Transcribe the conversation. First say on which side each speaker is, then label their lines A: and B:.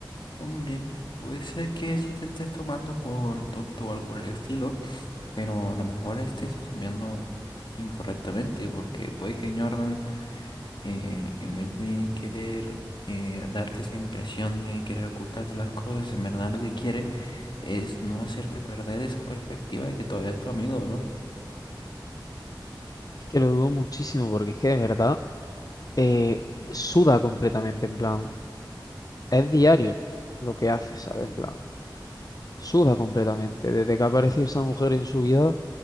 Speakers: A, on the left; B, on the left.
A: hombre, puede ser que si te estés tomando por tonto o algo por el estilo, pero a lo mejor estés asumiendo incorrectamente, porque puede que Jordan eh, en vez de querer eh, darte esa impresión de querer ocultarte las cosas, en verdad lo que quiere es no hacerte perder esa perspectiva de que todavía es tu amigo, bro.
B: Es que lo dudo muchísimo porque es que de verdad eh, suda completamente, en plan, es diario lo que hace, ¿sabes? En plan, suda completamente. Desde que ha aparecido esa mujer en su vida,